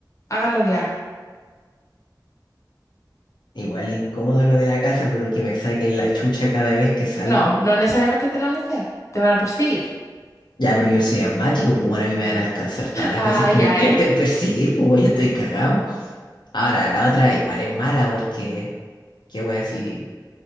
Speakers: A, on the left; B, on the left.
A: Hagas lo que hagas.
B: Igual incómodo lo de la casa, pero que me saquen la chucha cada vez que salgo.
A: No, no necesariamente te lo van a hacer. Te van a perseguir. <laughs>
B: Ya, pero yo soy asmático, pues bueno, a mí me van a alcanzar todas las
A: Ah,
B: veces que
A: ya,
B: me intenten
A: eh.
B: <laughs> perseguir, pues weón, yo estoy cagado. Ahora, la otra igual es mala porque, qué weón, así.